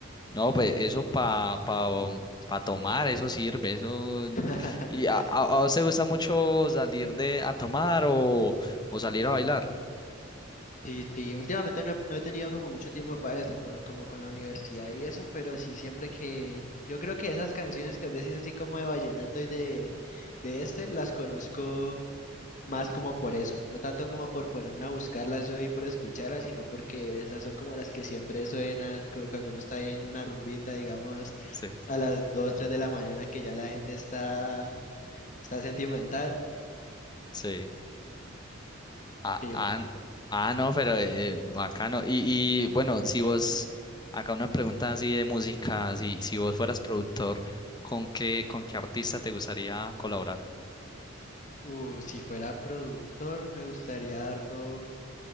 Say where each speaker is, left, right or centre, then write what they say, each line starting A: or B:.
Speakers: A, on the left; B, on the left.
A: No, pues eso para pa, pa pa tomar, eso sirve, eso...
B: <laughs>
A: ¿Y a, a, a usted gusta mucho salir de a tomar o, o salir a bailar?
B: Sí, sí, últimamente no he, no he tenido como mucho tiempo para eso, con- como con la universidad y eso, pero sí siempre que... Yo creo que esas canciones que vos decís así como de vallenato y de, de este, las conozco más como por eso, no tanto como por ponerme a buscarlas yo y por escucharlas, sino porque esas son como las que siempre suenan cu- cuando uno está en una rumbita, digamos,
A: Sí.
B: a las 2 3 de la mañana que ya la gente está, está sentimental.
A: Sí. Ah,
B: Sí,
A: ah, n- ah, no, pero eh, eh, bacano. Y, y bueno, si vos, acá una pregunta así de música, si, si vos fueras productor, ¿con qué, con qué artista te gustaría colaborar?
B: uh, si fuera productor, me gustaría harto